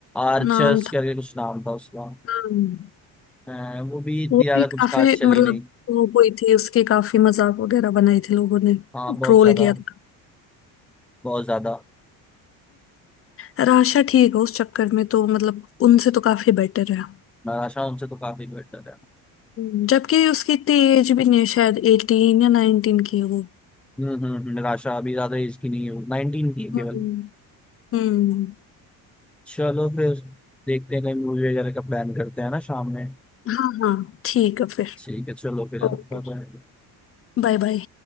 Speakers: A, in the centre; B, on the left (about 35°).
A: आर्चर्स
B: नाम था
A: करके कुछ नाम था उसका
B: हम्म,
A: अ, वो भी इतनी
B: वो
A: ज्यादा
B: भी काफी
A: कुछ खास चली
B: मतलब
A: नहीं
B: वो हुई थी उसके काफी मजाक वगैरह बनाए थे लोगों ने
A: हाँ बहुत
B: ट्रोल
A: ज्यादा
B: किया था
A: बहुत ज्यादा
B: यार आशा ठीक है उस चक्कर में तो मतलब उनसे तो काफी बेटर है
A: निराशा उनसे तो काफी बेटर है
B: हम्म, जबकि उसकी इतनी एज भी नहीं है, शायद एटीन या नाइनटीन की है वो
A: हम्म हम्म हम्म, निराशा अभी ज्यादा एज की नहीं है नाइनटीन की है केवल
B: हम्म हम्म
A: चलो फिर देखते हैं कहीं मूवी वगैरह का प्लान करते हैं ना शाम में
B: हाँ हाँ ठीक है फिर
A: ठीक है चलो फिर है
B: ओके
A: ना बाय बाय
B: Bye bye